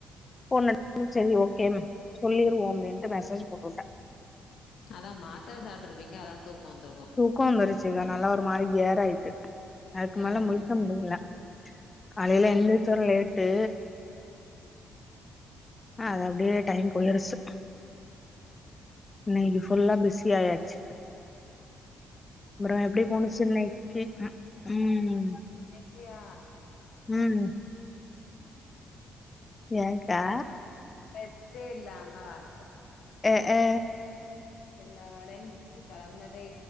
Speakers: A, on the left; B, on the left.
A: ஃபோன் எடுத்து சரி ஓகே சொல்லிருவோம் அப்டின்ட்டு மெசேஜ் போட்டு விட்ட
B: அதா மாத்தர சாப்ட்டுருப்பீங்க அதான் தூக்கம் வந்துருக்கும்
A: தூக்கோ வந்துருச்சிக்கா நல்லா ஒரு மாரி கேர் ஆயிட்டு அதுக்கு
B: ம்
A: மேல முழிக்க முடியல காலையில
B: சேரி
A: எந்திரிச்சது லேட்டு
B: உம் உம்
A: அது அப்டியே டைம் போயிருச்சு
B: ம் ம்
A: இன்னிக்கி ஃபுல்லா பிசி ஆயாச்சு அப்றோ
B: பிஸியாதா
A: எப்டி போணுச்சு
B: இருக்கு
A: இன்னக்கி ம் ம்
B: இன்னக்கியா
A: ம் ஏக்கா
B: ரெஸ்ட்டே இல்லாம வாழ்க்க
A: ஆ ஆ
B: எல்லா வேலயு முடிச்சுட்டு கெளம்புனதே